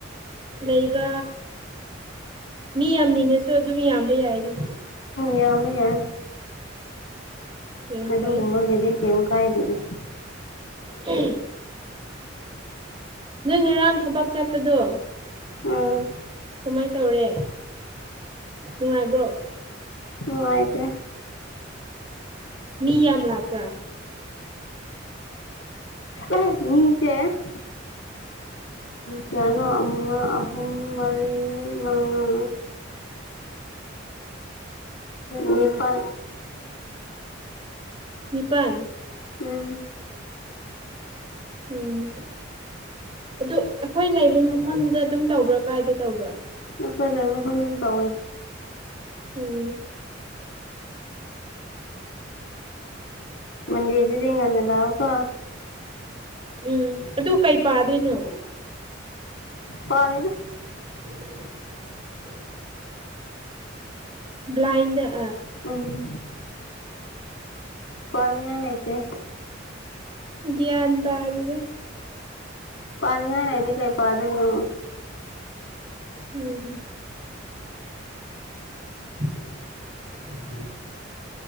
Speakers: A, on the right; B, on the left.
A: ꯂꯩꯕ ꯃꯤ ꯌꯥꯝꯅꯤꯡꯉꯁꯨ ꯑꯗꯨꯝ ꯌꯥꯝꯕ ꯌꯥꯏꯅꯦ
B: ꯌꯥꯝꯃꯦ ꯌꯥꯏ
A: ꯌꯥꯝ
B: ꯑꯗꯨꯒꯨꯝꯕꯒꯤꯗꯤ
A: ꯐꯩ
B: ꯀꯩꯝ ꯀꯥꯏꯗꯦꯗ
A: ꯎꯝ ꯅꯣꯏ ꯉꯔꯥꯡ ꯊꯕꯛ ꯆꯠꯄꯗꯣ
B: ꯎꯝ
A: ꯀꯃꯥꯏꯅ ꯇꯧꯔꯦ ꯅꯨꯡꯉꯥꯏꯕ꯭ꯔꯣ
B: ꯅꯨꯉꯥꯏꯇꯦ
A: ꯃꯤꯌꯥꯝ ꯂꯥꯛꯄ꯭ꯔꯥ <unintelligible>
B: ꯑꯦ ꯃꯤꯁꯦ ꯀꯥꯌꯅꯣ ꯑꯃ ꯑꯍꯨꯝ ꯃꯔꯤ ꯃꯉꯥ ꯅꯤꯄꯜ
A: ꯅꯤꯄꯥꯜ
B: ꯎꯝ
A: ꯎꯝ ꯑꯗꯨ ꯑꯩꯈꯣꯏ ꯂꯩꯕ ꯃꯐꯝꯗꯨꯗ ꯑꯗꯨꯝ ꯇꯧꯕ꯭ꯔꯥ ꯀꯥꯏꯗ ꯇꯧꯕ꯭ꯔꯥ
B: ꯑꯩꯈꯣꯏ ꯂꯩꯕꯝ ꯐꯝ ꯇꯧꯋꯦ
A: ꯎꯝ
B: ꯃꯗꯤ ꯌꯦꯖꯗꯤꯉ ꯅ ꯂꯥꯎꯀ
A: ꯎꯝ ꯑꯗꯨ ꯀꯩ ꯄꯥꯗꯣꯏꯅꯣ
B: ꯄꯥꯃꯦꯗ
A: <inaudible> ꯕ꯭ꯂꯥꯏꯟꯗꯔ
B: ꯎꯝ ꯄꯥꯅꯤꯡꯉꯥꯏ ꯂꯩꯇꯦ
A: ꯒ꯭ꯌꯥꯟ ꯇꯥꯔꯗ
B: ꯄꯥꯅꯤꯡꯉꯗꯤ ꯀꯥꯏ ꯄꯥ ꯑꯗꯨꯉ
A: ꯎꯝ <unintelligible>